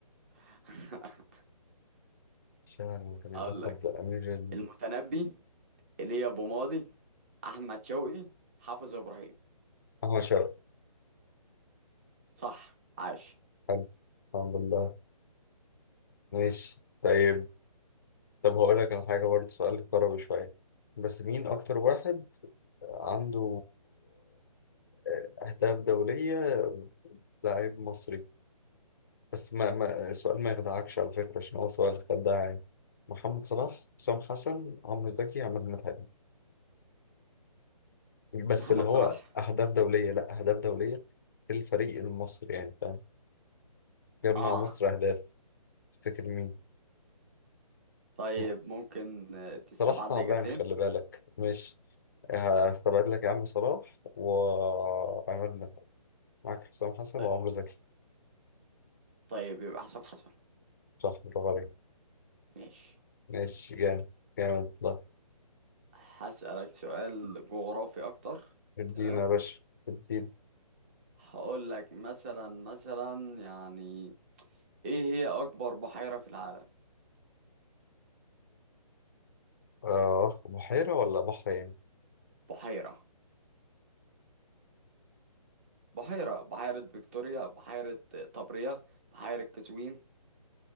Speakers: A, on the right; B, on the left.
A: <laughs>
B: شاعر كان يلقب
A: هقول لك
B: بأمير ال-
A: المتنبي ايليا ابو ماضي احمد شوقي حافظ ابراهيم
B: أحمد شوقي
A: صح عاش
B: حلو الحمد لله ماشي طيب طب هقول لك على حاجة برضه سؤال كروي شوية بس مين أكتر واحد عنده آه، أهداف دولية لاعب مصري بس ما, ما السؤال ما يخدعكش على فكرة عشان هو سؤال خداع يعني محمد صلاح حسام حسن عمرو زكي عماد متعب بس
A: محمد
B: اللي هو
A: صلاح
B: أهداف دولية لا أهداف دولية في الفريق المصري يعني فاهم جاب
A: اه
B: مع مصر أهداف تفتكر مين
A: طيب
B: م-
A: ممكن آه، تستبعد
B: صلاح تعبان
A: لي اجابتين
B: خلي بالك مش هستبعد لك يا عم صلاح وعماد متعب معاك حسام حسن
A: طيب
B: وعمرو زكي
A: طيب يبقى حسام حسن
B: صح برافو عليك
A: ماشي
B: ماشي جامد جامد والله
A: هسألك سؤال جغرافي اكتر
B: ادينا
A: تمام
B: يا باشا ادينا
A: هقول لك مثلا مثلا يعني ايه هي اكبر بحيرة في العالم
B: آه بحيرة ولا بحر يعني
A: بحيرة بحيرة بحيرة فيكتوريا بحيرة طبرية بحيرة قزوين